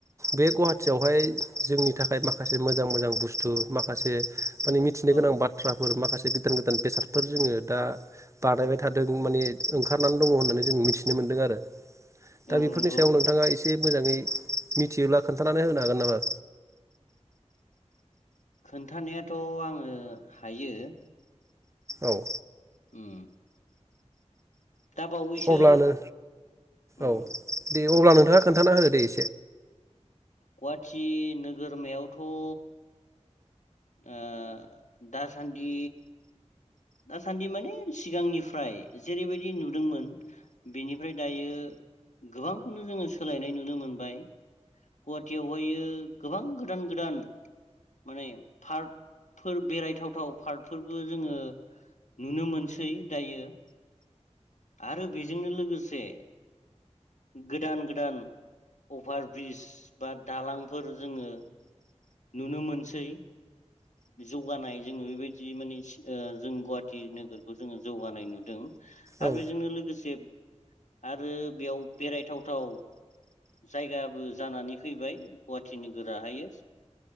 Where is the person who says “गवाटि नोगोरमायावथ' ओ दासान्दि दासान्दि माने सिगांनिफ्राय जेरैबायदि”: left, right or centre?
Left